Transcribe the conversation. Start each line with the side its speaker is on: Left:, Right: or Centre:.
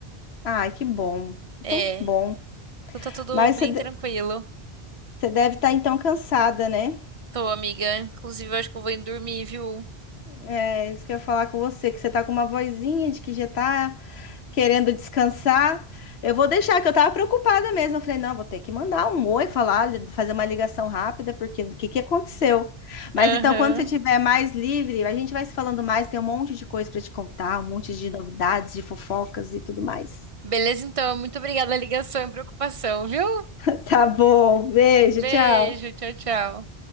Left: Ai, que bom. Então,
Right: É,
Left: que bom.
Right: então tá tudo
Left: Mas
Right: bem
Left: você
Right: tranquilo.
Left: Você deve estar então cansada, né?
Right: Tô, amiga. Inclusive, eu acho que eu vou indo dormir, viu?
Left: É isso que eu ia falar com você, que você tá com uma vozinha de que já tá querendo descansar. Eu vou deixar, que eu tava preocupada mesmo. Eu falei, não, vou ter que mandar um oi, falar, fazer uma ligação rápida, porque o que que aconteceu? Mas
Right: Aham.
Left: então, quando você estiver mais livre, a gente vai se falando mais, tem um monte de coisa para te contar, um monte de novidades, de fofocas e tudo mais.
Right: Beleza, então. Muito obrigada a ligação e preocupação, viu?
Left: <laughs> Tá bom, beijo,
Right: Beijo,
Left: tchau.
Right: tchau, tchau.